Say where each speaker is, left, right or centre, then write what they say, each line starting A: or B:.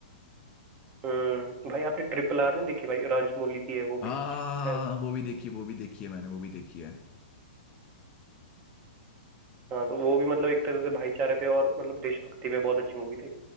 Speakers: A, on the right; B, on the left.
A: हम्म भाई आपने ट्रिपल आर नहीं देखी भाई राजमौली की है वो
B: हाँ
A: भी शायद
B: वो भी देखी है वो भी देखी है मैंने वो भी देखी है
A: हाँ तो वो भी मतलब एक तरह से भाईचारे पे और मतलब देशभक्ति पे बहुत अच्छी मूवी थी